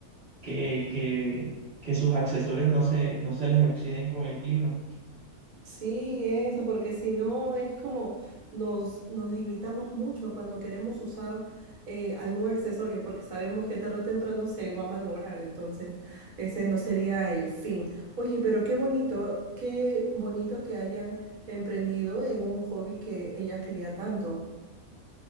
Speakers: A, on the right; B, on the right.
A: que, que, que sus accesorios no se, no se les oxiden con el clima.
B: Sí, eso, porque si no es como nos, nos limitamos mucho cuando queremos usar eh, algún accesorio, porque sabemos que tarde o temprano se va a malograr, entonces ese no sería el fin. Oye, pero qué bonito, qué bonito que hayan emprendido en un hobby que ella quería tanto.